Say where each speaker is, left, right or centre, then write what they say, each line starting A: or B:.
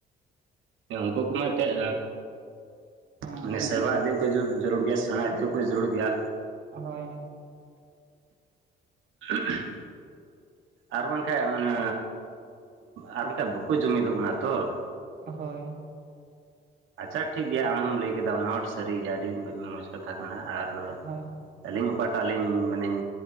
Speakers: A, on the right; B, on the right.
A: <unintelligible> ᱩᱱᱠᱩ ᱠᱚᱢᱟ ᱮᱛᱮᱫ
B: ᱦᱮᱸ
A: ᱢᱟᱱᱮ <unintelligible> ᱥᱮᱵᱟ ᱤᱫᱤᱣ <unintelligible> <unintelligible> ᱡᱟᱹᱨᱩᱲ ᱜᱮᱭᱟ ᱥᱮᱬᱟ ᱤᱫᱤ ᱠᱚᱦᱚᱸ <unintelligible> ᱡᱟᱹᱨᱩᱲ ᱜᱮᱭᱟ,
B: ᱦᱳᱭ᱾
A: <unintelligible> ᱟᱨ ᱵᱟᱝᱠᱷᱟᱡ ᱚᱱᱮ ᱟᱨ ᱵᱟᱝᱠᱷᱟᱡ ᱵᱟᱠᱚ ᱡᱩᱢᱤᱫᱚᱜ ᱠᱟᱱᱟ ᱛᱚ ᱾
B: ᱦᱳᱭ ᱾
A: ᱟᱪᱪᱷᱟ ᱴᱷᱤᱠ ᱜᱮᱭᱟ ᱟᱢ ᱦᱚᱢ ᱞᱟᱹᱭ ᱠᱮᱫᱟ ᱚᱱᱟ ᱦᱚᱲ ᱥᱟᱹᱨᱤ ᱜᱮᱭᱟ ᱟᱹᱰᱤ ᱢᱚᱡᱽ ᱠᱟᱛᱷᱟ ᱠᱟᱱᱟ ᱟᱨ
B: ᱦᱳᱭ ᱾
A: ᱟᱹᱞᱤᱧ ᱚᱠᱟᱴᱟᱜ ᱞᱤᱧ ᱢᱟᱱᱮᱧ